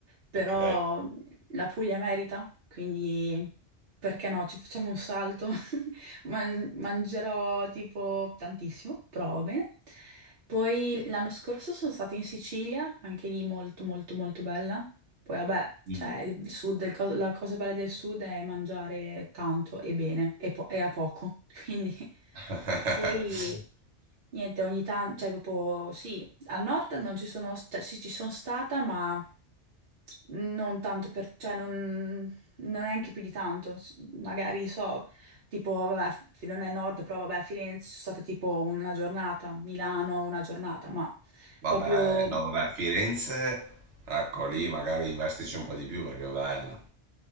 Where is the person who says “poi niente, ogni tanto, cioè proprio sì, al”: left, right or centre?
Right